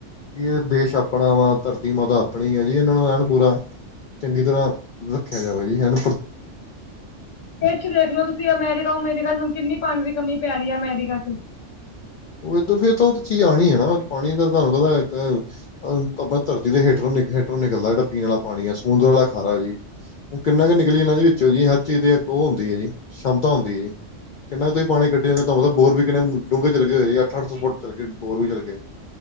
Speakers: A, on the left; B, on the left.
A: ਵੀ ਇਹ ਦੇਸ਼ ਆਪਣਾ ਵਾ ਧਰਤੀ ਮਾਤਾ ਆਪਣੀ ਆ ਜੀ ਇਹਨਾਂ ਨੂੰ ਐਣ ਪੂਰਾ ਚੰਗੀ ਤਰ੍ਹਾਂ ਰੱਖਿਆ ਜਾਵੇ ਜੀ ਹਨ
B: ਕਿਛ ਦੇਖਲੋ ਤੁਸੀਂ ਅਮੈਰੀਕਾ ਅਮੇਰੀਕਾ ਹਾਨ ਕਿੰਨੀ ਪਾਣੀ ਕਮੀ ਪੈ ਰੀ ਆ ਅਮੈਰੀਕਾ ਚ।
A: ਉਹ ਦ ਤਾਂ ਉਹ ਚੀਜ਼ ਆਣੀ ਏ ਨਾ ਪਾਣੀ ਤਾਂ ਤੁਹਾਨੂੰ ਕਹਿੰ ਇੱਕ ਅਹ ਅਹ ਆਪਣੇ ਧਰਤੀ ਦੇ ਹੇਠ ਨੂੰ ਹੇਠੋ ਨਿਕਲਦਾ ਅ ਜਿੜਾ ਪੀਣਾ ਆ ਪਾਣੀ ਆ ਸਮੁੰਦਰ ਵਾਲਾ ਖਾਰਾ ਜੀ ਹੁਣ ਕਿੰਨਾ ਕੁ ਨਿਕਲੀ ਇਹਨਾਂ ਜ ਵਿੱਚੋਂ ਜੀ ਹਰ ਚੀਜ਼ ਦੀ ਇੱਕ ਉਹ ਹੁੰਦੀ ਐ ਜੀ। ਸਮਤਾ ਹੁੰਦੀ ਏ, ਕਿੰਨਾ ਕੁ ਤੁਸੀਂ ਪਾਣੀ ਕੱਢਿਆ ਜਾਂਦੇ ਤਾਂ ਮਤਲਬ ਬੋਰ ਵੀ ਕਿੰਨੇ ਅ ਡੂੰਘੇ ਅੱਠ-ਅੱਠ ਸੌ ਫੁੱਟ ਚੱਲ ਗਏ ਬੋਰ ਵੀ ਚੱਲ ਗੇ